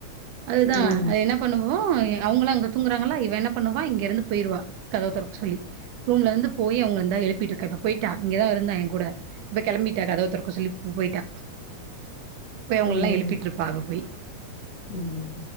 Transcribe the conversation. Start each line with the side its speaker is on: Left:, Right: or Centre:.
Right: அதுதா
Left: ம்
Right: அது என்ன ன பண்ணுவோ அவங்ளா அங்க தூங்றாங்களா இவ என்ன பண்ணுவா இங்க இருந்து பேருவா கதவ தொறக்க சொல்லி ரூம்ல இருந்து போய் அவங்க இந்தா எழுப்பிட்ருக்கா இப்ப பேட்டா இங்கதா இருந்தா ஏ கூட இப்ப கெளம்பிட்டா கதவ தொறக்க சொல்லி போய்ட்டா போய் அவங்கல்லா
Left: ம்
Right: எழுப்பிட்ருப்பா இப்ப போய்
Left: ம்